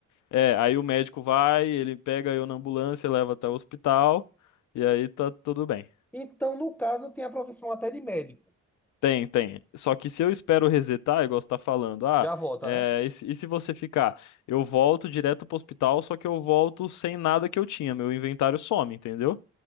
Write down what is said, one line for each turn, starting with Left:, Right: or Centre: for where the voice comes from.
Left: É, aí o médico vai, ele pega eu na ambulância, leva até o hospital, e aí tá tudo bem.
Centre: Então, no caso, tem a profissão até de médico.
Left: Tem, tem. Só que se eu espero resetar, igual você tá falando, ah,
Centre: Já volta,
Left: é,
Centre: né?
Left: e, se, e se você ficar? Eu volto direto pro hospital, só que eu volto sem nada que eu tinha, meu inventário some, entendeu?